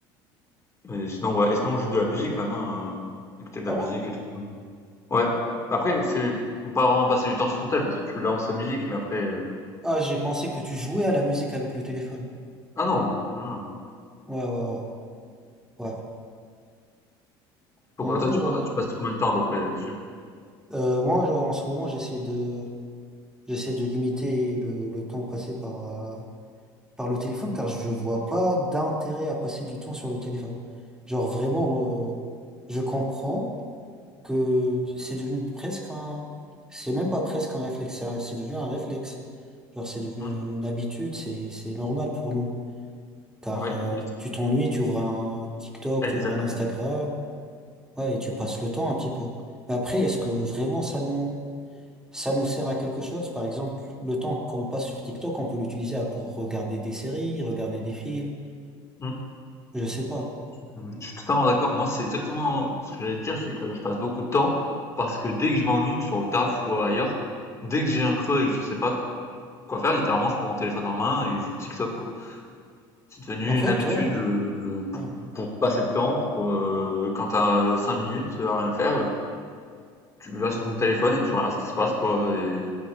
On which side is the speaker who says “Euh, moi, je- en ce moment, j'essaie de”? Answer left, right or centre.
Centre